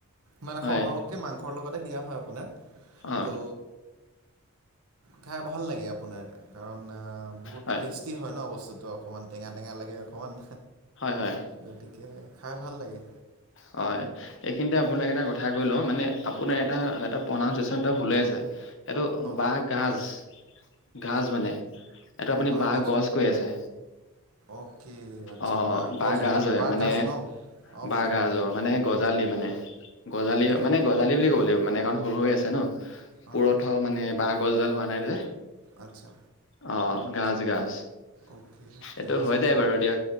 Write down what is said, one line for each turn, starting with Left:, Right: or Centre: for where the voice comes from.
Right: মানে
Left: হয়
Right: সৰহকে মাংসৰ লগ তে দিয়া হয় আপোনাৰ
Left: অ
Right: ত' খাই ভাল লাগে আপোনাৰ। কাৰণ বহুত
Left: হয়
Right: টেষ্টি হয় ন বস্তুটো অকণমান টেঙা টেঙা লাগে অকণমান।
Left: হয় হয়
Right: গতিকে খাই ভাল লাগে।
Left: হয়। এইখিনিতে আপোনাক এটা কথা কৈ লওঁ মানে আপোনাৰ এটা, এটা প্ৰনাউনচিয়েচন এটা ভুল হৈ আছে। এইটো
Right: অঁ
Left: বাঁহ গাজ, গাজ মানে এইটো আপুনি
Right: অঁ বাঁহগছ
Left: বাঁহ গজ কৈ আছে।
Right: অকে। আচ্ছা
Left: অ'
Right: বাঁহগছ
Left: বাঁহগাজ
Right: ন
Left: হয়
Right: বাঁহ
Left: মানে
Right: গাজ ন অঁ
Left: বাঁহগাজ
Right: হয় হয় হয়
Left: অ' মানে গজালি মানে, গজালি
Right: অ'কে
Left: মানে গজালি বুলি ক'ব লাগিব মানে কাৰণ সৰু হৈ আছে ন।
Right: অঁ
Left: পুৰঠ
Right: অঁ
Left: মানে বাঁহ গছডাল হোৱা নাই যে।
Right: আচ্ছা।
Left: অ' গাজ গাজ
Right: অ'কে ঠিক
Left: এইটো
Right: আছে
Left: হৈ যায়
Right: ভালে
Left: বাৰু দিয়া